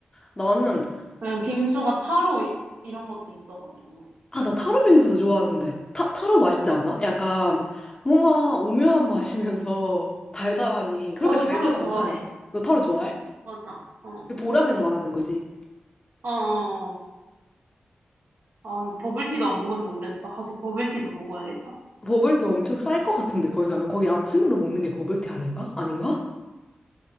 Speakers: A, on the left (about 20°); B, on the right (about 80°).
A: 나는
B: 왜냐면 빙수가 타로 이, 런 것도 있어가지고.
A: 아, 나 타로 빙수도 좋아하는데. 타, 타로 맛있지 않아? 약간 뭔가 오묘한 맛이면서 <laughs> 달달하니. 그렇게
B: 나도
A: 달지도
B: 타로 좋아해.
A: 않잖아. 너 타로 좋아해?
B: 맞아. 어.
A: 그 보라색 말하는 거지.
B: 어, 어, 어. 아, 근데 버블티도 안 먹은 지 오래됐다. 가서 버블티도 먹어야겠다.
A: 버블티 엄청 쌀 것 같은데, 거기 가면. 거기 아침으로 먹는 게 버블티 아닌가? 아닌가?